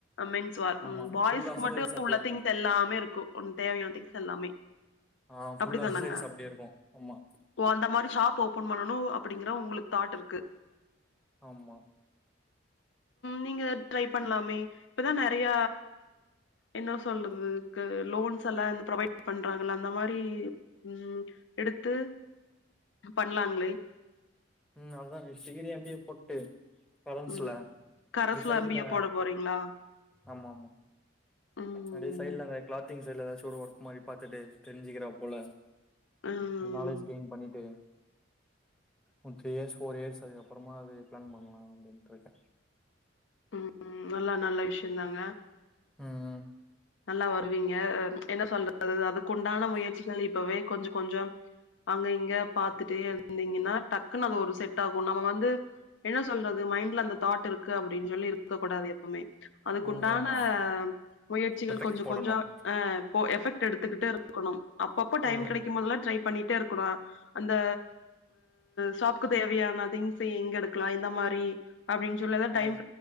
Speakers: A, on the left (about 70°); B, in the centre.
A: மென்ஸ்வார் உம்
B: ஆமா
A: பாய்ஸ்க்கு
B: ஃபுல் அசசரிஸ்
A: மட்டு
B: அப்டியே
A: உள்ள
B: இருக்கு
A: திங்ஸ் எல்லாமே இருக்கூ உனக் தேவயான திங்ஸ் எல்லாமே
B: ஆ ஃபுல்
A: அப்படித்தானாங்க
B: அசசரிஸ் அப்டியே இருக்கு ஆமா
A: ஓ அந்த மாரி ஷாப் ஓபன் பண்ணணும் அப்படிங்கற உங்களுக் தாட் இருக்கு
B: ஆமா
A: நீங்க ட்ரை பண்ணலாமே இப்பதா நெறய என்ன சொல்றது போன்ஸ் எல்லா ப்ரொவைட் பண்றாங்கள அந்த மாரி உம் எடுத்து பண்லாங்ளே
B: உம் அது தா நெக்ஸ் சீகிரி எம் பி எ போட்டு கரன்ஸ்ல
A: ம் கரஸ்ல
B: இந்த சைடுல
A: எம் பி ஏ போட போறீங்களா
B: ஆமா ஆமா
A: ம்
B: அப்டியே சைட்ல அந்த கிளாத்திங் சைடுல ஏதாவது ஒர்க் மாரி பாத்துட்டு தெரிஞ்சுக்கிறா போல
A: ம்
B: நாலேஜ் கெயின் பண்ணிட்டு one three years four years அதுக்கு அப்புறமா அது பிளான் பண்ணலாம் அப்டின்னுன்டுருக்க
A: உம் உம் நல்லா நல்ல விஷயம் தாங்க
B: ம்
A: நல்லா வருவீங்க என்ன சொல்றது அதுக்கு உண்டான முயற்சிகள் இப்பவே கொஞ்ச கொஞ்சம் அங்க இங்க பாத்துட்டே இரு ந்தீங்கன்னா டக்குன்னு அது ஒரு செட் ஆகும் நம்ம வந்து என்ன சொல்றது மைண்ட்ல அந்த தாட் இருக்கு அப் அப்படின்னு சொல்லி இருக்க கூடாது எப்பவுமே அதுக்குண்டான
B: ம் ஆமா
A: முயற்சிகள்
B: எஃபெக்ட்
A: கொஞ்ச
B: போடணும்
A: கொஞ்சம் அஹ் போ எஃபெக்ட் எடுத்துக்கிட்டு அத னும். அப்பப்போ டைம்
B: ம்
A: கெடைக்கும் போதெல்லாம் ட்ரை பண்ணிட்டே இருக்கணு அந்த ஷாப்க்கு தேவையான திங்ஸ எங்க எடுக்கலாம் இந்த மா மரி அப்படின்னு சொல்லதா டைம்
B: ம்